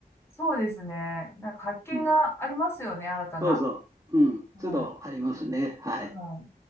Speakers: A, on the left; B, on the right.
A: そうですね。なんか発見がありますよね、
B: うん、
A: 新たな。
B: そうそう。うん、
A: はい。
B: 都度ありますね。はい。
A: うん。